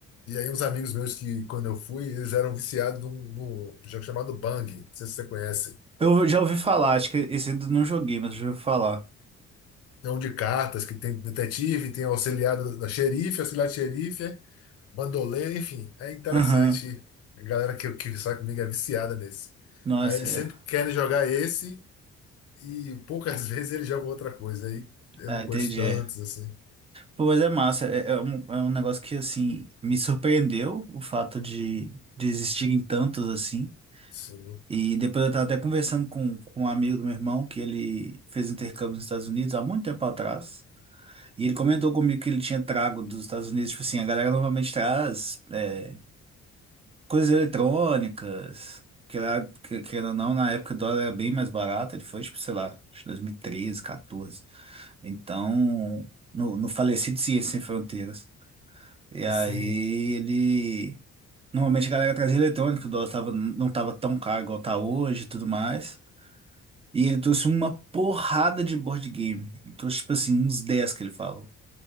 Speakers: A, on the left; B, on the right.
A: E aí, uns amigos meus que, quando eu fui, eles eram viciados num, num jogo chamado Bang. Não sei se você conhece.
B: Eu já ouvi falar, acho que esse ainda não joguei, mas já ouvi falar.
A: É um de cartas que tem detetive, tem auxiliar da da xerife, auxiliar de xerife, bandoleiro, enfim. É interessante.
B: Aham.
A: A galera que, que sai comigo é viciada nesse.
B: Nossa,
A: Aí eles
B: é.
A: sempre querem jogar esse e poucas <laughs> vezes eles jogam outra coisa. Aí eu
B: Ah,
A: não conheço
B: entendi.
A: tantos, assim.
B: Pô, mas é massa. É, é um, é um negócio que, assim, me surpreendeu o fato de, de existirem tantos, assim.
A: Sim.
B: E depois eu tava até conversando com, com um amigo do meu irmão, que ele fez intercâmbio nos Estados Unidos há muito tempo atrás. E ele comentou comigo que ele tinha trago dos Estados Unidos, tipo assim, a galera normalmente traz. é, coisas eletrônicas, que lá, que- querendo ou não, na época o dólar era bem mais barato, ele foi, tipo, sei lá, acho que 2013, 14. Então, no, no falecido Ciência Sem Fronteiras. E aí
A: Sim.
B: ele. Normalmente a galera trazia eletrônico, o dólar tava, não tava tão caro igual tá hoje e tudo mais. E ele trouxe uma porrada de board game. Ele trouxe, tipo assim, uns 10 que ele fala